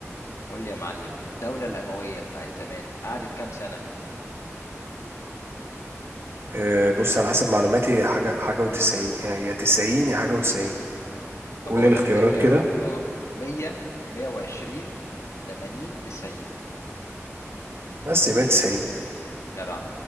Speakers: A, on the left; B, on the right.
A: قول لي يا معلم الدولة الأموية بتاعت زمان قعدت كام سنة
B: آه، بص على حسب معلوماتي هي حاجة حاجة وتسعين يعني يا تسعين يا حاجة وتسعين
A: طب
B: قول
A: اقول
B: لي الاختيارات
A: لك الاختيارات
B: كده
A: اه 100 120 80 90
B: بس يبقى تسعين
A: جدع